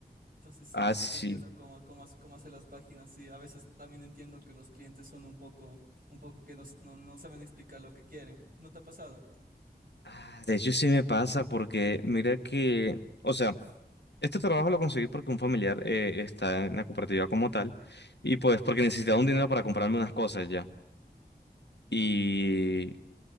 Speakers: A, on the right (about 55°); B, on the left (about 85°).
A: entonces sí,
B: Así,
A: sí te entiendo cómo, cómo, hac- cómo hacer las páginas. Sí, a veces también entiendo que los clientes son un poco, un poco que no, s- no, no saben explicar lo que quieren. ¿No te ha pasado?
B: Ah, De hecho, sí me pasa porque mira que, o sea, este trabajo lo conseguí porque un familiar eh, está en la cooperativa como tal y pues porque necesitaba un dinero para comprarme unas cosas ya. Y